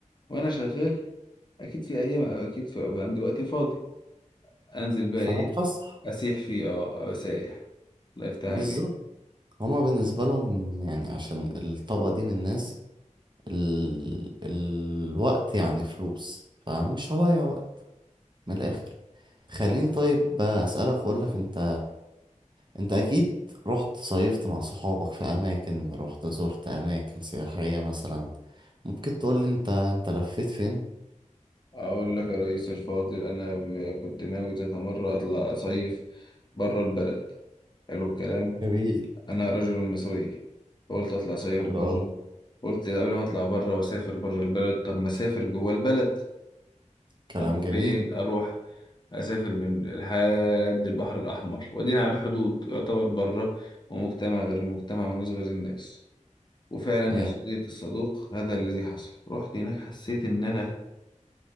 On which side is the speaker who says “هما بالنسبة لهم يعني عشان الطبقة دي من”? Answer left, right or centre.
Right